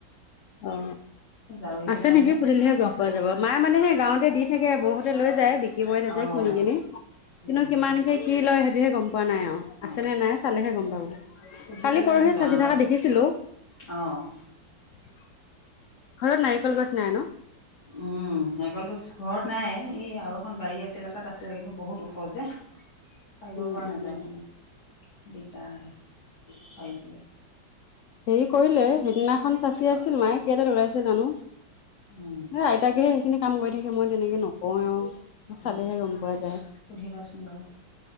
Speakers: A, on the left; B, on the left.
A: অ
B: ঝাৰু দিবৰ
A: আছে
B: কাৰণে
A: নেকি খুলিলেহে গম পোৱা যাব। মায়ে মানে সেই গাঁৱতে দি থাকে বহুতে লৈ যায়, বিক্ৰী কৰি তাতে
B: অ',
A: কিনি কিনি। কিন্তু
B: উম,
A: কিমানকে কি লয় সেইটোহে গম পোৱা নাই আৰু
B: অ',
A: আছেনে নাই চালেহে গম পাব।
B: সুধি
A: কালি
B: পেলাই
A: পৰহি
B: মোক জনাবা।
A: চাচি থকা দেখিছিলো।
B: অ',
A: ঘৰত নাৰিকল গছ নাই ন?
B: অ উ নকল গছ ঘৰত নাই এই আৰু এখন বাৰী আছিলে তাত আছে কিন্তু বহুত ওখৰ যে পাৰিব
A: উম,
B: পৰা নাযায়
A: উম।
B: মানে দিগদাৰ হয় পৰিবলে।
A: হেৰি কৰিলে সিদিনাখন চাচি আছিল মায়ে কেইডাল ওলাইছে জানো!
B: উম,
A: আইতাকেহে সেইখিনি কাম কৰি থাকে মই তেনেকে নকওঁ আৰু। চালেহে
B: অ',
A: গম পোৱা যায়।
B: সুধিবাচোন বাৰু